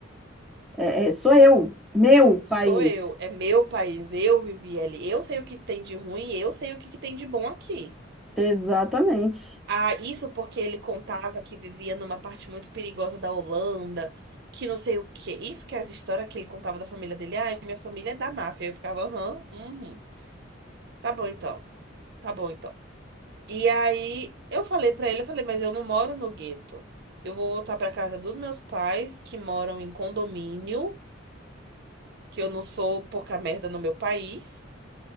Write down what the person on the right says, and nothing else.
Sou eu, é meu país, eu vivi ali. Eu sei o que tem de ruim, eu sei o que que tem de bom aqui.
Ah, isso porque ele contava que vivia numa parte muito perigosa da Holanda, que não sei o quê. Isso que é as histórias que ele contava da família dele. Ah, minha família é da máfia. Eu ficava, aham, uhum, tá bom então. Tá bom então. E aí eu falei pra ele, eu falei, mas eu não moro no gueto. Eu vou voltar pra casa dos meus pais, que moram em condomínio, que eu não sou pouca merda no meu país.